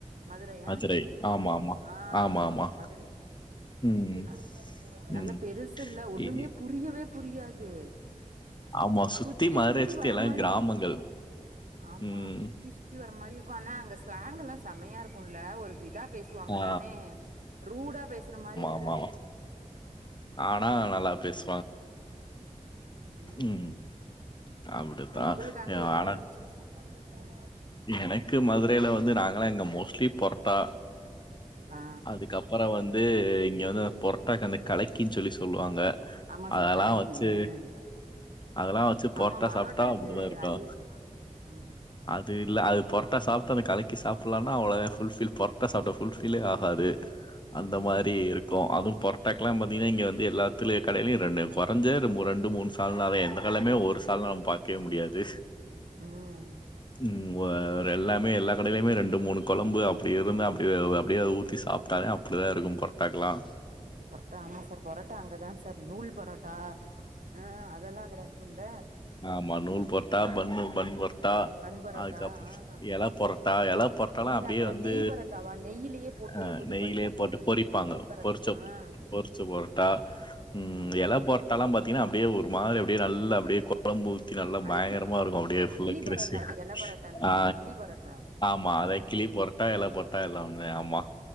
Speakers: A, on the right; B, on the left.
A: மதுரய
B: மதுரை. ஆமாமா.
A: ஆ
B: ஆமாமா.
A: மதுரை
B: ம்.
A: ந நல்ல
B: ம்.
A: பெருசுல ஒன்னுமே
B: இ
A: புரியவே புரியாது
B: ஆமா.
A: சுத்தி
B: மதுரைய
A: சுத்தி வரமாரி
B: எல்லாம் கிராமங்கள்.
A: ஆமா
B: ம்.
A: சுத் சுத்தி சுத்தி வர மாரி இருக்கும் ஆனா அங்க ஸ்லாங்க் எல்லா செமையா இருக்கும்ல ஒரு விதா பேசுவாங்கதானே
B: ஆ.
A: ரூடா பேசுற மாரி இருக்
B: ஆ ஆனா நல்லா பேசு
A: உம்
B: ம். அப்படித்தான்.
A: அப்றோ ஒங்களுக்கு அங்க என்ன
B: ஆனா
A: புடிச்சுச்சு ம்
B: எனக்கு மதுரையில வந்து நாங்கல இங்க மோஸ்ட்லி பொரோட்டா
A: ஆ
B: அதுகப் புறோ வந்து இங்க வந்து பொராட்டாக் அந்த கலக்கின்னு சொல்லி சொல்லுவாங்க
A: ஆமா சார்
B: அதலா
A: கலக்கி
B: வச்சு
A: ம்
B: அதலா வச்சு பொர்ட்டா
A: ஆமா பரோட்டாக்கு
B: சாப்ட்டா அப்டிதா இருக்கொ
A: அது ம்
B: அது இல்ல அது பொரட்டா சாப்பட்டு அ கலக்கிஸ சாப்லனா அவ்ளோதா ஃபுல்ஃபில் பொரட்டா சாப்ட்ட ஃபுல்ஃபில்லே ஆகாது அந்த
A: ம்
B: மாரி
A: ம்
B: இருக்கொ அதுவும் பொர் டாக்கெலாம் பாத்தீங்கன்னா இங்க வந்து எல்லாத்து கடையில ரெண்டு கொறஞ்ச ரெண்டு மூனு சால்னா தா எந்த கட்லயு நா ஒரு சால்ன பாக் ககே முடியாது
A: ம்
B: ம் ஒ ஒரு எல்லாமே எல்லா கடையிலுமே ரெண்டு மூனு கொழம்பு அப்டி இருந்து அப்டி அப்டியே ஊத்தி சாப்ட்டாலே அப் அப்டிதா இருக்கு பொர்டாக்கலா
A: பொர்ட்டா ஆமா சார் பொரோட்டா அங்கதா சார் நூல் பொரோட்டா ஆ அதெல்லா அங்க தா இருக்கூல
B: ஆமா‌‌ நூல் பொர்ட்டா பன்னு பன் பொர் ட்டா
A: பன் பரோட்டா
B: அதுகப்றம்
A: ஆ
B: எல பொர்ட்டா
A: அப்புற
B: எல பொர்ட்டாலா
A: இல்ல
B: அப்டியே
A: அப்புற
B: வந்து
A: நெய் பரோட்டாவா நெய்யிலயே போட்டு
B: ஆ
A: இது
B: நெய்லயே
A: பண்ணி அப்படியே
B: போட்டு
A: எடுத்து
B: பொறிப்பாங்க
A: சொல்ற நெய் பரோட்டா
B: பொறிச்ச
A: ஆ
B: பொற் பரோட்டா ம்
A: அதா
B: எல போட்டால்லா பாத்தீங்கன்னா அப்டியே ஒரு மாதரி அப்டே நல்லா அப்டே கொ ழம்பு ஊத்தி நல்லா
A: அத
B: பயங்கரமா
A: கி-
B: இருக்கு அப்டே ஃபுல்லா
A: கிளி
B: <unintelligible>
A: பரோட்டா எல பரோட்டானுங்கிறீங்க
B: ஆ
A: கிளி பரோட்டா
B: ஆமா அதே கிளி பொரட்டா இல பொரட்டா எல்லா ஒண்ணே ஆமா